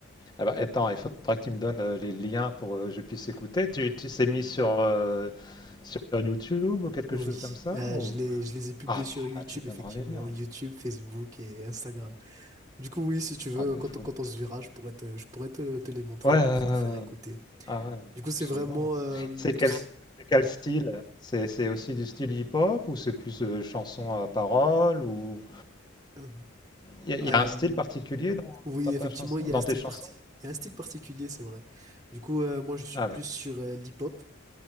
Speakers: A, on the left; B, on the right.
A: Ah bah,
B: Donc,
A: attends, il faudra que tu me donnes euh, les liens pour euh, que je puisse écouter. Tu, tu c'est mis sur, euh, sur YouTube ou quelque
B: oui,
A: chose comme ça
B: euh,
A: ou...
B: je les, je les ai publiés
A: Ah,
B: sur YouTube,
A: bah, tu me
B: effectivement,
A: donneras les liens.
B: YouTube, Facebook et Instagram. Du coup, oui, si tu veux,
A: Ah, bah,
B: quand,
A: il faudra.
B: on- quand on se verra, je pourrais te, je pourrais te, te les montrer
A: Ouais,
B: et te
A: ouais,
B: te
A: ouais, ouais,
B: faire écouter.
A: Ah ouais,
B: Du coup, c'est
A: absolument.
B: vraiment euh,
A: C'est quel,
B: tous.
A: c'est quel style? C'est c'est aussi du style hip-hop ou c'est plus euh, chanson à parole ou
B: euh,
A: il y, a y
B: euh,
A: a un style particulier dans,
B: oui,
A: dans
B: effectivement,
A: ta chanson,
B: il y
A: dans
B: a un style
A: tes chansons?
B: parti... il y a un style particulier, c'est vrai. Du coup, euh, moi, je suis
A: Ah
B: plus
A: ouais,
B: sur euh, l'hip-hop,